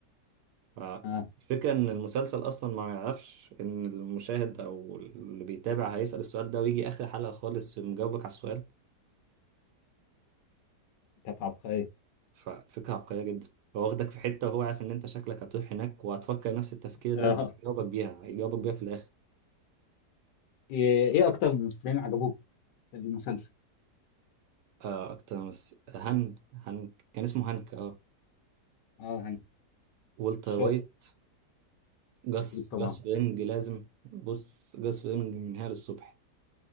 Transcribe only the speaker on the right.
فالفكره
ان المسلسل اصلا ما يعرفش ان المشاهد او اللي بيتابع هيسال السؤال ده ويجي اخر حلقه خالص مجاوبك على السؤال
ففكره عبقريه جدا هو واخدك في حته وهو عارف ان انت شكلك هتروح هناك وهتفكر نفس التفكير ده
فهيجاوبك بيها هيجاوبك بيها في الاخر
آه اكتر مس... هانك هانك كان اسمه هانك اه
والتر
وايت جاس
جاس فرينج لازم بص جاس فرينج من هنا للصبح